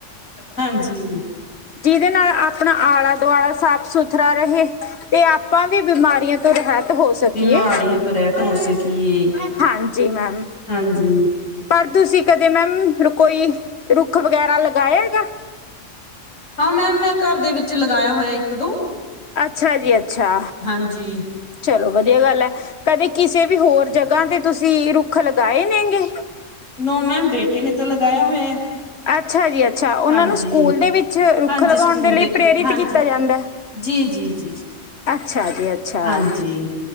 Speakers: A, on the left; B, on the left.
A: ਹਾਂਜੀ!
B: ਜੀਦੇ ਨਾਲ਼ ਆਪਣਾ ਆਲਾ਼-ਦੁਆਲਾ਼ ਸਾਫ਼ ਸੁਥਰਾ ਰਹੇ। ਤੇ ਆਪਾਂ ਵੀ ਬਿਮਾਰੀਆਂ ਤੋਂ ਰਹਿਤ ਹੋ ਸਕੀਏ।
A: ਬਿਮਾਰੀਆਂ ਰਹਿਤ ਹੋ ਸਕੀਏ।
B: ਹਾਂਜੀ ਮੈਮ!
A: ਹਾਂਜੀ
B: ਪਰ ਤੁਸੀਂ ਕਦੇ ਮੈਮ ਹੁਣ ਕੋਈ ਰੁੱਖ ਵਗੈ਼ਰਾ ਲਗਾਇਆ ਗਾ?
A: ਹਾਂ ਮੈਮ ਮੈਂ ਘਰ ਦੇ ਵਿੱਚ ਲਗਾਇਆ ਹੋਇਆ ਇੱਕ-ਦੋ।
B: ਅੱਛਾ ਜੀ ਅੱਛਾ!
A: ਹਾਂਜੀ!
B: ਚਲੋ ਵਧੀਆ ਗੱਲ੍ਹ ਐ, ਕਦੇ ਕਿਸੇ ਵੀ ਹੋਰ ਜਗ੍ਹਾਂ ਤੇ ਤੁਸੀਂ ਰੁੱਖ ਲਗਾਏ ਨੇ ਗੇ?
A: ਨੋ ਮੈਮ, ਬੇਟੇ ਨੇ ਤੇ ਲਗਾਇਆ ਹੋਇਆ।
B: ਅੱਛਾ ਜੀ ਅੱਛਾ! ਉਹਨਾਂ
A: ਹਾਂਜੀ
B: ਨੂੰ ਸਕੂਲ ਦੇ ਵਿੱਚ ਰੁੱਖ
A: ਹਾਂਜੀ
B: ਲਗਾਉਣ
A: ਸਕੂਲ
B: ਦੇ ਲਈ ਪ੍ਰੇਰਿਤ
A: ਹਾਂਜੀ
B: ਕੀਤਾ ਜਾਂਦਾ?
A: ਜੀ ਜੀ ਜੀ।
B: ਅੱਛਾ ਜੀ ਅੱਛਾ!
A: ਹਾਂਜੀ